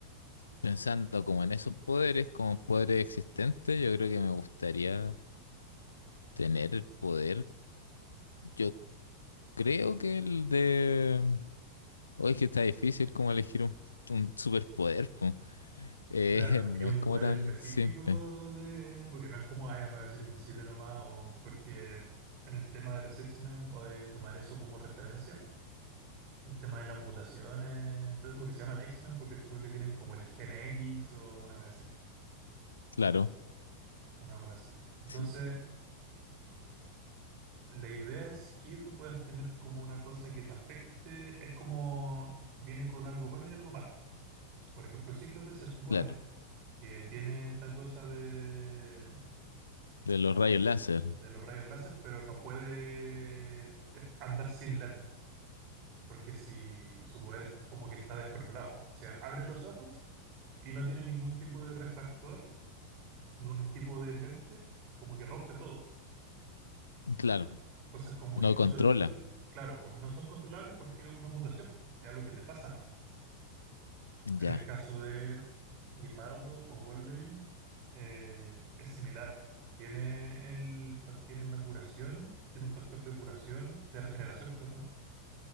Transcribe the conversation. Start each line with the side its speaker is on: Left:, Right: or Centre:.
Left: pensando como en esos poderes, como poderes existentes, yo creo que me gustaría tener el poder. Yo creo que el de... Oye, es que está difícil como elegir un, un superpoder, po. Eh,
Right: Claro,
Left: <laughs> no
Right: y un
Left: es como
Right: poder
Left: tan
Right: específico
Left: simple.
Right: de... Porque no es como, ay, ya me voy a hacer invisible nomás, o porque en el tema de los X-Men, o de tomar eso como referencia, el tema de las mutaciones, entonces porque se llaman X-Men, porque supongo que tienen como el gen X o una wea así,
Left: Claro,
Right: una bola así. Entonces,
Left: sí,
Right: La idea es que tú puedas tener como una cosa que te afecte, es como viene con algo bueno y algo malo. Por ejemplo, Cíclope se supone
Left: claro.
Right: que tiene esta cosa de,
Left: De los
Right: o
Left: rayos láser.
Right: de los rayos láser, pero no puede est- andar sin lentes, porque si su poder es como que está descontrolado. O sea, abre los ojos y no tiene ningún tipo de refractor, de un tipo de lente, como que rompe todo.
Left: Claro,
Right: Cosas como
Left: no
Right: incluso
Left: controla.
Right: el, claro, po, no son controlables porque es una mutación, es algo que te pasa nomás. En
Left: Ya.
Right: el caso de Guepardo o Wolverine, eh, es similar. Tiene, el, fac- tiene una curación, tiene un factor de curación, de regeneración, perdón.